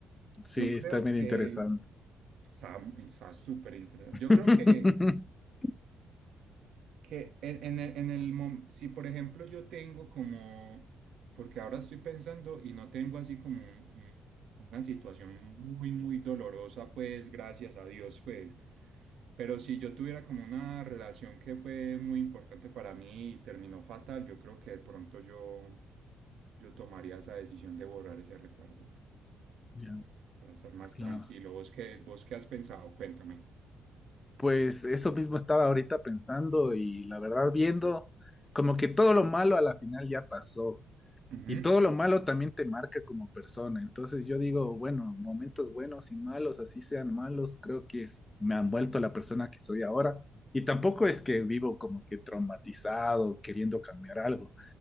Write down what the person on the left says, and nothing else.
Sí,
está medio
interesante.
<laughs>
Ya,
claro.
Pues eso mismo estaba ahorita pensando y la verdad viendo como que todo lo malo a la final ya pasó
y todo lo malo también te marca como persona. Entonces yo digo, bueno, momentos buenos y malos, así sean malos, creo que es- me han vuelto la persona que soy ahora. Y tampoco es que vivo como que traumatizado, queriendo cambiar algo.